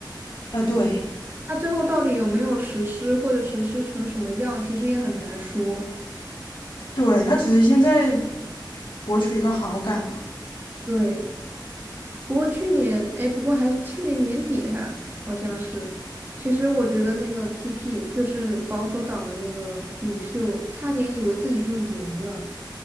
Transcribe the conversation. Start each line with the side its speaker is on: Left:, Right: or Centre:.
Left: 啊。对，
Right: 那最后到底有没有实施，或者实施成什么样，其实也很难说。
Left: 对，他只是现在博取一个好感嘛。
Right: 对。不过去年，哎，不过还去年年底还好像是。其实我觉得那个 PP 就是保守党的那个领袖，差点以为自己就赢了，